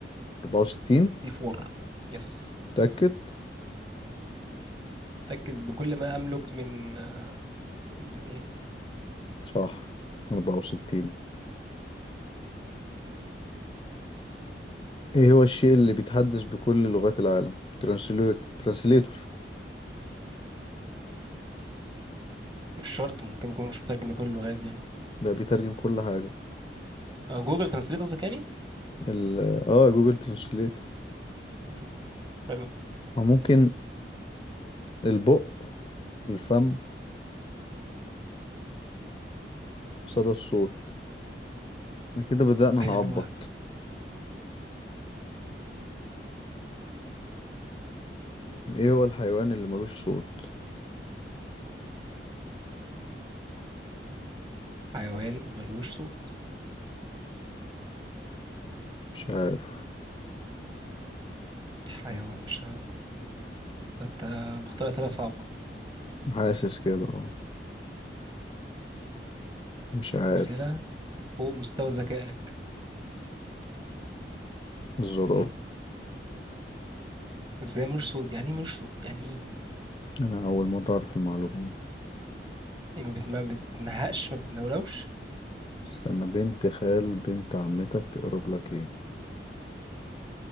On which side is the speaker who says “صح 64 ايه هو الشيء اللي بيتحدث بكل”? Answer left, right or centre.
Left